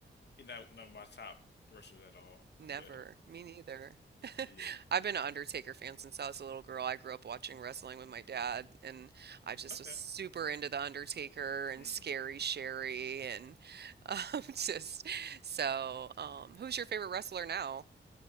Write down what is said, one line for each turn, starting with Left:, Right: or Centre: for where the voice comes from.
Left: he's not none of my top rushers at all.
Right: Never.
Left: But
Right: Me neither.
Left: <laughs>
Right: <laughs>
Left: yeah.
Right: I've been an Undertaker fan since I was a little girl. I grew up watching wrestling with my dad, and I just
Left: Okay.
Right: was super into the Undertaker and
Left: Mm,
Right: Scary Sherry, and um, <laughs> just so. Um,
Left: okay.
Right: who's your favorite wrestler now?